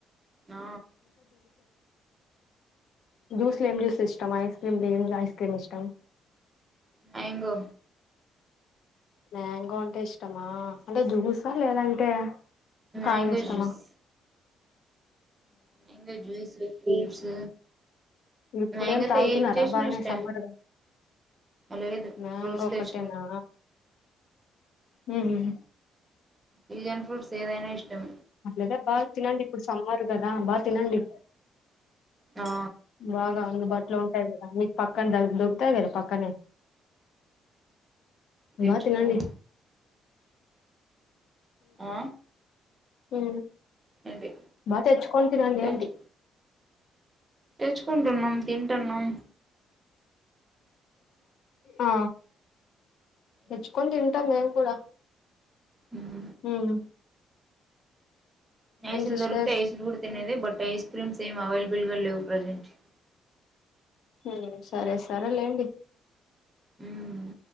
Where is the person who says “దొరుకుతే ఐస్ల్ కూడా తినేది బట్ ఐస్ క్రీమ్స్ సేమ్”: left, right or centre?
Right